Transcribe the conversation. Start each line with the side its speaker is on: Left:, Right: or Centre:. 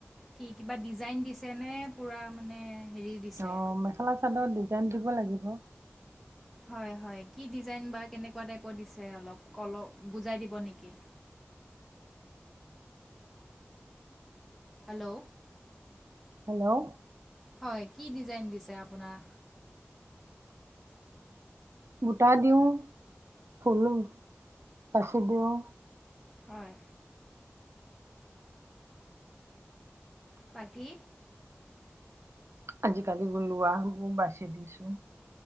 Centre: কি কিবা ডিজাইন দিছে নে পুৰা মানে হেৰি দিছে?
Right: অহ ', মেখেলা চাদৰ দি জান দিব লাগিব।
Centre: হয় - হয় কি ডিজাইন বা কেনেকুৱা টাইপৰ দিছে অলপ বুজুৱাই দিব নেকি। হেল্ল',
Right: হেল্ল',
Centre: হয় কি ডিজাইন দিছে আপোনাৰ?
Right: বুটা দিওঁ, ফুল পাচি দিওঁ।
Centre: হয়। বাকী
Right: আজিকালি লোৱাবোৰ বাচি দিছো।